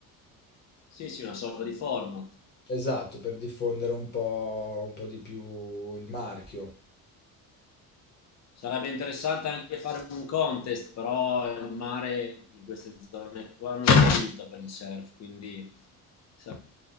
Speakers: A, on the left; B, on the left.
A: Sì, sì, una sorta di format.
B: Esatto, per diffondere un po', un po' di più il marchio.
A: Sarebbe interessante anche fare un contest, però il mare in queste zone qua non aiuta per il surf, quindi sarebbe